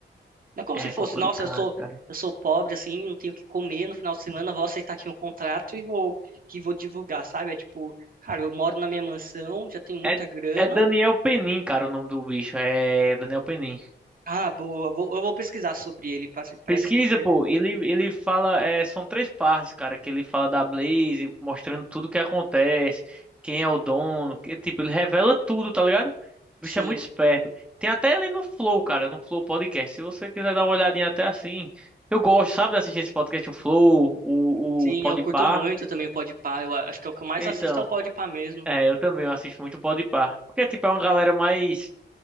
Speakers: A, on the right (about 50°); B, in the centre.
A: Não é como
B: É
A: se fosse,
B: complicado,
A: nossa, eu sou,
B: cara.
A: eu sou pobre, assim, não tenho o que comer no final de semana, vou aceitar aqui um contrato e vou, que vou divulgar, sabe? É tipo, cara, eu moro na minha mansão, já tenho muita
B: É,
A: grana.
B: é Daniel Penin, cara, o nome do bicho. É Daniel Penin.
A: Ah, boa, vou, eu vou pesquisar sobre ele, parece, parece
B: Pesquisa,
A: interessante.
B: pô, ele, ele fala, é, são três partes, cara, que ele fala da Blaze, mostrando tudo o que acontece, quem é o dono, que, tipo, ele revela tudo, tá ligado? O bicho
A: Sim,
B: é muito esperto. Tem até ele no Flow, cara, no Flow Podcast, se você quiser dar uma olhadinha até assim. Eu gosto, sabe, de assistir esse podcast, o Flow, o,
A: sim,
B: o Podpah.
A: eu curto muito também o Podpah, eu a- acho que é o que eu mais
B: Então,
A: assisto é o Podpah mesmo.
B: é, eu também eu assisto muito o Podpah, porque, tipo, é uma galera mais,